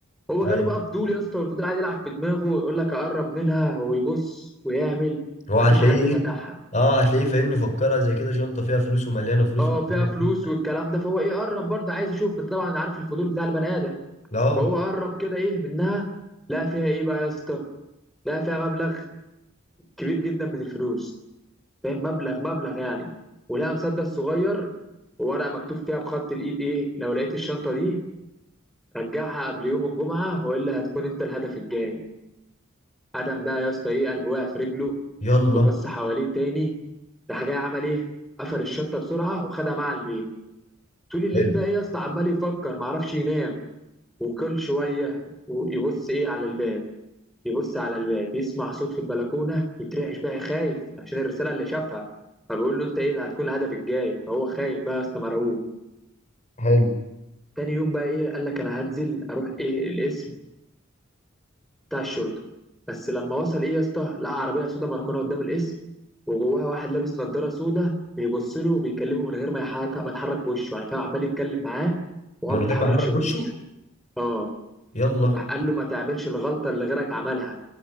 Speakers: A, in the centre; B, on the left.
A: هو
B: أيوه
A: جاله بقى فضول يا اسطى والفضول قاعد يلعب في دماغه ويقول لك أقرب منها ويبص ويعمل
B: هو هتلاقيه
A: مفيش حد فتحها
B: إيه؟ أه هتلاقيه فاهمني فكرها زي كده شنطة فيها فلوس ومليانة فلوس
A: اه
B: ومليانة
A: فيها فلوس
B: فلوس
A: والكلام ده فهو ايه قرب برضه عايز يشوف انت طبعا عارف الفضول بتاع البني ادم
B: أه
A: فهو قرب كده ايه منها لقى فيها ايه بقى يا اسطى لقى فيها مبلغ كبير جدا من الفلوس فاهم مبلغ مبلغ يعني ولقى مسدس صغير وورقه مكتوب فيها بخط الايد ايه لو لقيت الشنطه دي رجعها قبل يوم الجمعه والا هتكون انت الهدف الجاي ادم بقى يا اسطى ايه قلبه وقع في رجله
B: يلا
A: وبص حواليه تاني راح جاي عمل ايه قفل الشنطه بسرعه وخدها معاه البيت طول الليل
B: حلو
A: بقى إيه يا اسطى عمال يفكر معرفش ينام وكل شوية يبص إيه على الباب يبص على الباب يسمع صوت في البلكونة يترعش بقى خايف عشان الرسالة اللي شافها فبيقول له أنت إيه اللي هتكون هدفك الجاي فهو خايف بقى يا اسطى مرعوب
B: حلو
A: تاني يوم بقى إيه قال لك أنا هنزل أروح إيه القسم بتاع الشرطة بس لما وصل إيه يا اسطى لقى عربية سودا مركونة قدام القسم وجواها واحد لابس نضارة سودا بيبص له وبيكلمه من غير ما يحرك ما يتحرك بوشه يعني فاهم عمال يتكلم معاه وهو
B: من
A: ما بيتحركش
B: غير ما يحرك
A: بوشه
B: وشه
A: اه
B: يلا
A: راح قال له ما تعملش الغلطة اللي غيرك عملها